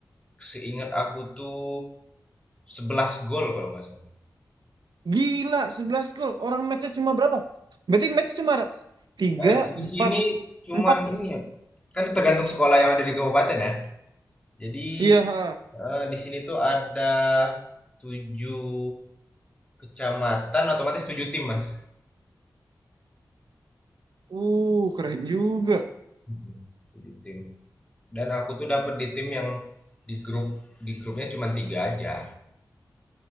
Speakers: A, on the left; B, on the right.
A: Seingat aku tuh 11 gol kalau nggak salah.
B: Gila, 11 gol. Orang matchnya cuma berapa? Berarti match cuma 3,
A: Eh,
B: 4,
A: di sini cuman
B: 4.
A: ini ya, kan tergantung sekolah yang ada di kabupaten ya. Jadi
B: Iya, ha.
A: eh, di sini tuh ada 7 kecamatan, otomatis 7 tim, Mas.
B: Uh, keren juga.
A: Mhm. 7 tim. Dan aku tuh dapet di tim yang di grup di grupnya cuman tiga aja.